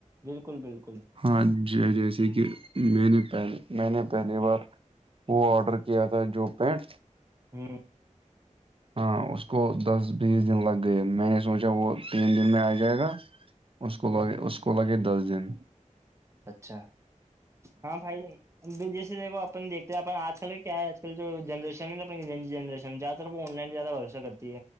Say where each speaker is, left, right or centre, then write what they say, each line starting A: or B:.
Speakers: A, on the right; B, on the right.
A: بالکل بالکل
B: ہاں ج جیسے کہ میں نے پہ میں نے پہلی بار وہ آرڈر کیا تھا جو پینٹ
A: ہاں
B: ہاں اس کو دس بیس دن لگ گئے میں نے سوچا وہ تین دن میں آ جائے گا اس کو لگے اس کو لگے دس دن
A: اچھا ہاں بھائی ا جیسے دیکھو اپن دیکھ تو اپ آج کل کا کیا ہے آج کل جو جنریشن ہے اپن جنریشن جہ تو وہ آن لن زیادہھروسا کرتے